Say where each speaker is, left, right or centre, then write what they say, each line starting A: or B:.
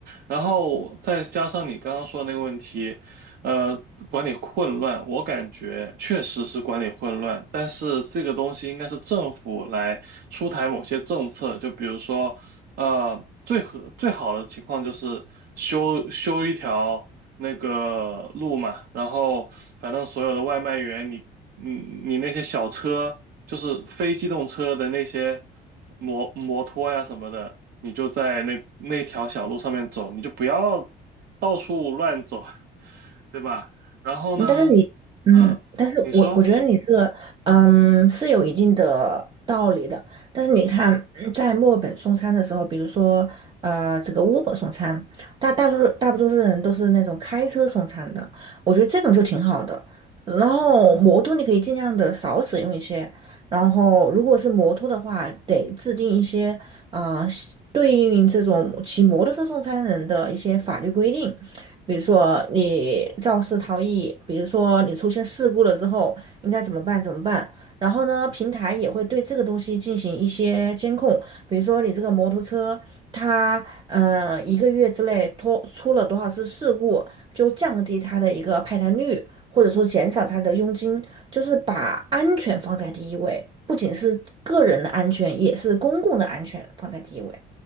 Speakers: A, on the right; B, on the right.
A: 然后再加上你刚刚说的那个问题。呃，管理混乱，我感觉确实是管理混乱，但是这个东西应该是政府来出台某些政策，就比如说，呃，最合最好的情况就是修修一条那个路嘛，然后反正所有的外卖员，你你你那些小车，就是非机动车的那些摩摩托呀什么的，你就在那那条小路上面走，你就不要到处乱走。<laughs> 对吧？然后呢，
B: 嗯但是你，嗯，
A: 嗯，
B: 但是我我觉得你这个，
A: 你说，
B: 嗯，是有一定的道理的。但是你看，嗯在墨尔本送餐的时候，比如说，呃，这个 Uber 送餐，大大多数大多数人都是那种开车送餐的，我觉得这种就挺好的。然后摩托你可以尽量的少使用一些，然后如果是摩托的话，得制定一些，啊、对应这种骑摩托车送餐人的一些法律规定。比如说你肇事逃逸，比如说你出现事故了之后应该怎么办？怎么办？然后呢，平台也会对这个东西进行一些监控，比如说你这个摩托车它嗯呃一个月之内脱出了多少次事故，就降低它的一个派单率，或者说减少它的佣金，就是把安全放在第一位，不仅是个人的安全，也是公共的安全放在第一位。